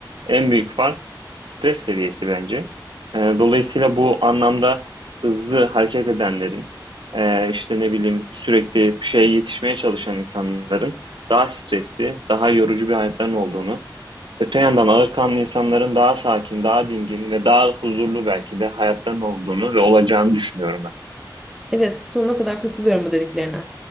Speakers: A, on the right; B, in the centre.
A: en büyük fark stres seviyesi bence. Ee, dolayısıyla bu anlamda hızlı hareket edenlerin e, işte ne bileyim sürekli bir şeye yetişmeye çalışan insanların daha stresli, daha yorucu bir hayatların olduğunu, öte yandan ağırkanlı insanların daha sakin, daha dingin ve daha huzurlu belki de hayatların olduğunu ve olacağını düşünüyorum ben.
B: Evet, sonuna kadar katılıyorum bu dediklerine.